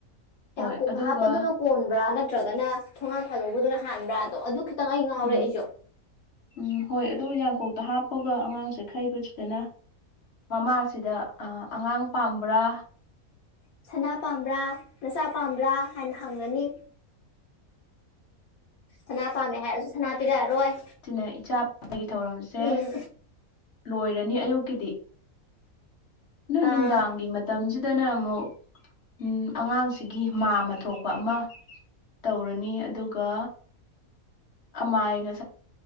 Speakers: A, on the left; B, on the left.
A: ꯍꯣꯏ
B: ꯌꯥꯡꯀꯣꯛꯇ
A: ꯑꯗꯨꯒ
B: ꯍꯥꯞꯄꯗꯨꯅ ꯀꯣꯟꯕ꯭ꯔꯥ ꯅꯠꯇ꯭ꯔꯒꯅ ꯊꯣꯉꯥꯟ ꯊꯥꯗꯧꯕꯗꯨꯅ ꯍꯥꯟꯕ꯭ꯔꯥꯗꯣ ꯑꯗꯨ ꯈꯤꯇ꯫ ꯇꯪꯉ ꯉꯥꯎꯔꯦ
A: ꯎꯝ
B: ꯑꯩꯖꯨ꯫
A: ꯎꯝ ꯍꯣꯏ ꯑꯗꯨ ꯌꯥꯡꯀꯣꯛꯇ ꯍꯥꯞꯄꯒ ꯑꯉꯥꯡꯁꯦ ꯈꯩꯕꯁꯤꯗꯅ ꯃꯃꯥꯁꯤꯗ ꯑ ꯑꯉꯥꯡ ꯄꯥꯝꯕ꯭ꯔꯥ
B: ꯁꯅꯥ ꯄꯥꯝꯕ꯭ꯔꯥ ꯅꯆꯥ ꯄꯥꯝꯕ꯭ꯔꯥ ꯍꯥꯏꯅ ꯍꯪꯉꯅꯤ ꯁꯅꯥ ꯄꯥꯝꯃꯦ ꯍꯥꯏꯔꯁꯨ ꯁꯅꯥ ꯄꯤꯔꯛꯑꯔꯣꯏ
A: ꯁꯤꯅ ꯏꯆꯥ ꯄꯣꯛꯄꯒꯤ ꯊꯧꯔꯝꯁꯦ
B: ꯎꯝ
A: ꯂꯣꯏꯔꯅꯤ ꯑꯌꯨꯛꯀꯤꯗꯤ ꯅꯣꯏ
B: ꯑꯥ
A: ꯅꯨꯡꯗꯥꯡꯒꯤ ꯃꯇꯝ ꯖꯤꯗꯅ ꯑꯃꯨꯛ ꯎꯝ ꯑꯉꯥꯡꯁꯤꯒꯤ ꯃꯥꯝꯃ ꯊꯣꯛꯄ ꯑꯃ ꯇꯧꯔꯅꯤ ꯑꯗꯨꯒ ꯑꯃꯥꯏꯒ